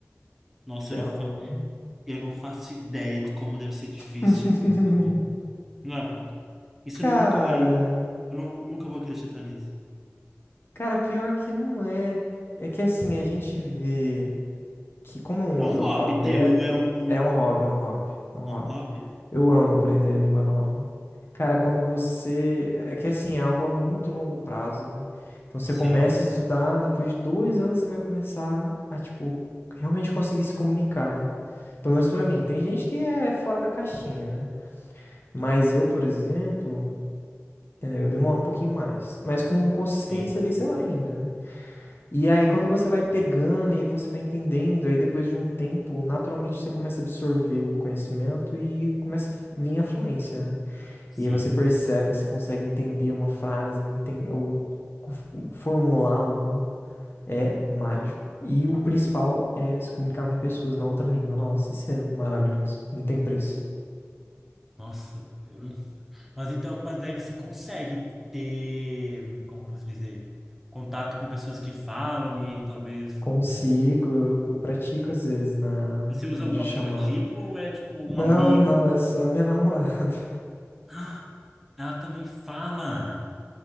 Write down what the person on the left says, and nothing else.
que
é
um.
<laughs>
Cara,
cara, pior que não é. É que assim, a gente vê. que como é um
outro
alfabeto,
é um hobby, é um hobby, é um
hobby.
Eu amo aprender língua nova. Cara, quando você. É que assim, é algo a muito longo prazo, né? Então você
começa a estudar, depois de dois anos você vai começar a, tipo, realmente conseguir se comunicar, né? Pelo menos pra mim. Tem gente que é fora da caixinha, né? Mas eu, por exemplo, é, eu demoro um pouquinho mais. Mas com consistência
ali você vai indo, né? E aí, quando você vai pegando e você vai entendendo, aí depois de um tempo, naturalmente você começa a absorver o conhecimento e começa a vir a fluência, né?
E aí você percebe que você consegue entender uma frase, enten- ou f- formular uma. É mágico. E o principal é se comunicar com pessoas na outra língua. Nossa, isso é maravilhoso. Não tem preço.
Consigo,
eu, eu pratico às vezes na,
na videochamada.
Não,
não, é só minha namorada. <laughs>